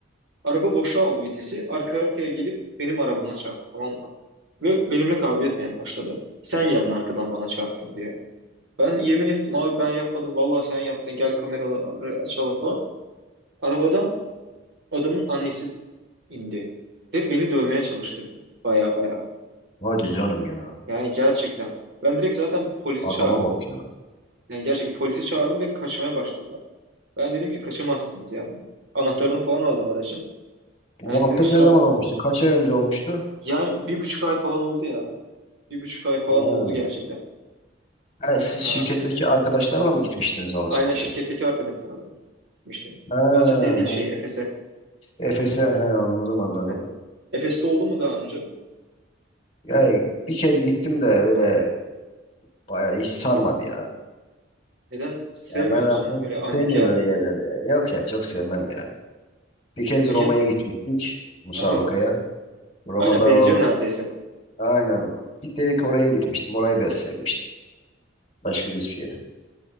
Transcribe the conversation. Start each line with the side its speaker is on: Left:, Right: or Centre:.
Right: Araba boşa aldı vitesi. Arka arkaya gelip benim arabama çarptı tamam mı? Ve benimle kavga etmeye başladı. Sen geldin arkadan bana çarptın diye. Ben yemin ettim abi ben yapmadım. Vallahi sen yaptın. Gel kameraları açalım falan. Arabadan adamın annesi indi. Ve beni dövmeye çalıştı baya baya.
Left: Hadi canım ya.
Right: Yani gerçekten. Ben direkt zaten polisi
Left: Adama
Right: çağırdım.
Left: bak ya.
Right: Yani gerçekten polisi çağırdım ve kaçmaya başladılar. Ben dedim ki kaçamazsınız yani. Anahtarını falan aldım aracın.
Left: Bu
Right: Yani
Left: muhabbet
Right: dedim kusura...
Left: ne zaman
Right: bak-
Left: olmuştu? Kaç ay önce olmuştu?
Right: Yani bir buçuk ay falan oldu ya. Bir buçuk ay falan
Left: Ha.
Right: oldu gerçekten.
Left: Ha, siz
Right: Ha.
Left: şirketteki arkadaşlarla mı gitmiştiniz Alaçatı'ya?
Right: Aynen şirketteki arkadaşlarla gitmiştim.
Left: Ha,
Right: Alaçatı'ya değil şey
Left: ha.
Right: Efes'e.
Left: Efes'e he, anladım anladım.
Right: Aynen. Efes'te oldu mu daha önce?
Left: Ya bir kez gittim de öyle bayağı hiç sarmadı ya.
Right: Neden sevmiyor
Left: Ya ben
Right: musun
Left: aslında
Right: öyle antik
Left: sevmiyorum
Right: yerleri?
Left: böyle yerleri ya. Yok ya çok sevmem ya. Bir kez
Right: Peki,
Left: Roma'ya gitmiştik musabakaya.
Right: aha,
Left: Roma'da
Right: aynen benziyor
Left: o
Right: neredeyse.
Left: Aynen. Bir tek oraya gitmiştim. Orayı biraz sevmiştim. Başka da hiçbir yere.